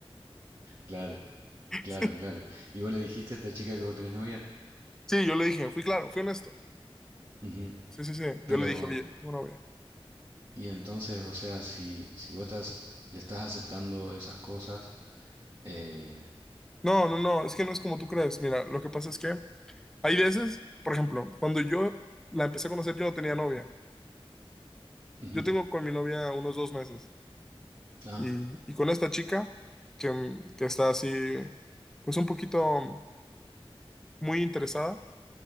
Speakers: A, on the right; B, in the centre.
A: claro,
B: <laughs>
A: claro, claro. ¿Y vos le dijiste a esta chica que vos tenés novia?
B: Sí, yo le dije, fui claro, fui honesto.
A: Ujú.
B: Sí, sí, sí. Yo
A: Pero,
B: le dije, oye, tengo novia.
A: Y entonces, o sea, si, si vos estás, le estás aceptando esas cosas, eh,
B: No, no, no, es que no es como tú crees. Mira, lo que pasa es que hay veces, por ejemplo, cuando yo la empecé a conocer, yo no tenía novia.
A: ujú,
B: Yo tengo con mi novia unos dos meses.
A: ah,
B: Y, y con esta chica, que, mm, que está así, pues un poquito muy interesada,